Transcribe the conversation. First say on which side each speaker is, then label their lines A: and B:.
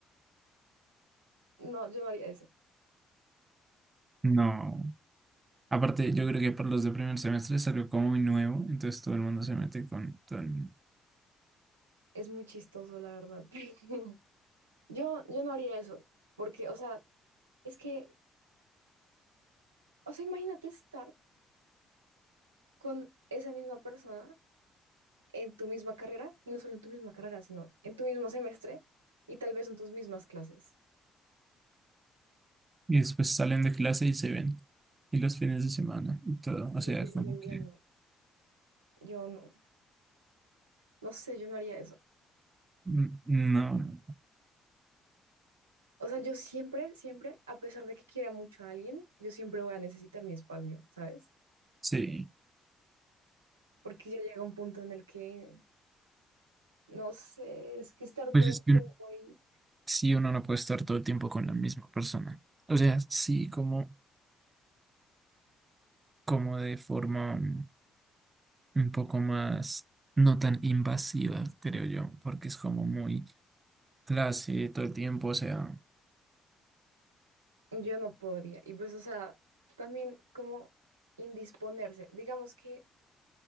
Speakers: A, on the right; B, on the right.
A: no, yo no haría eso,
B: No. Aparte, yo creo que para los de primer semestre salió como muy nuevo, entonces todo el mundo se mete con todo el mundo.
A: es muy chistoso la verdad, <laughs> pero yo, yo no haría eso porque, o sea, es que, o sea, imagínate estar con esa misma persona en tu misma carrera, y no solo en tu misma carrera, sino en tu mismo semestre y tal vez en tus mismas clases.
B: Y después salen de clase y se ven. Y los fines de semana y todo. O sea,
A: Y se siguen
B: como
A: viendo.
B: que.
A: Yo no, no sé, yo no haría eso.
B: mm, No.
A: O sea, yo siempre, siempre, a pesar de que quiera mucho a alguien, yo siempre voy a necesitar mi espacio, ¿sabes?
B: Sí.
A: Porque ya llega un punto en el que, no sé, es que estar
B: Pues
A: todo
B: es
A: el
B: que
A: tiempo ahí,
B: sí, uno no puede estar todo el tiempo con la misma persona. O sea, sí, como, como de forma mm, un poco más. No tan invasiva, creo yo, porque es como muy clase todo el tiempo, o sea.
A: yo no podría. Y pues, o sea, también como indisponerse. Digamos que